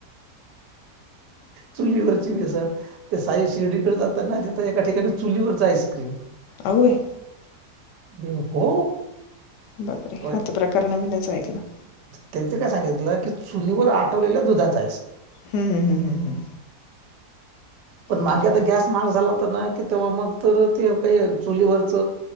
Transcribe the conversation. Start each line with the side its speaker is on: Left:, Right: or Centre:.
Right: चुलीवररची मिसळ. ते साई शिर्डीकडे जाताना तिथं एका ठिकाणी चुलीवरच आईस्क्रीम.
Left: अग बाई!
Right: बे हो.
Left: बापरे!
Right: अ,
Left: हा त प्रकार नवीनच ऐकला.
Right: त्यांच काय सांगितलं की चुलीवर आठवलेल्या दुधाचा आईस्क्रीम.
Left: हम्म हम्म हम्म हम्म.
Right: पण मागे
Left: बरं
Right: आता गॅस महाग झाला होता ना. तेव्हा मग तर ते काही चुलीवरच